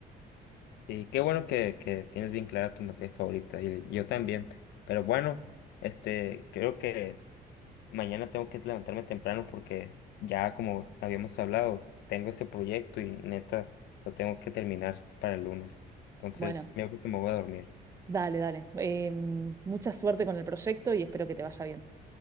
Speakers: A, on the left (about 85°); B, on the right (about 20°).
A: Sí, qué bueno que, que tienes bien clara tu materia favorita. Y yo también. Pero bueno, este, creo que mañana tengo que levantarme temprano porque ya como habíamos hablado, tengo ese proyecto y neta lo tengo que terminar para el lunes. Entonces,
B: Bueno,
A: me creo que me voy a dormir.
B: dale, dale. Em, mucha suerte con el proyecto y espero que te vaya bien.